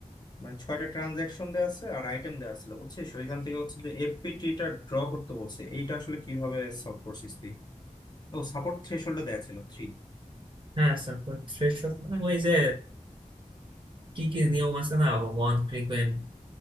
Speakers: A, on the left; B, on the right.
A: মানে ছয়টা ট্রানজাকশন দেওয়া আছে আর আইটেম দেওয়া ছিল বুঝছিস ওইখান থেকে হচ্ছে যে এফপিটিটা ড্র করতে বলছে এইটা আসলে কিভাবে সলভ করছিস তুই ও সাপোর্ট থ্রেশহোল্ড দেওয়া ছিল থ্রি
B: হ্যাঁ support সেসব মানে ওই যে কি কি নিয়ম আছে না ওয়ান ফ্রিকোয়েন্ট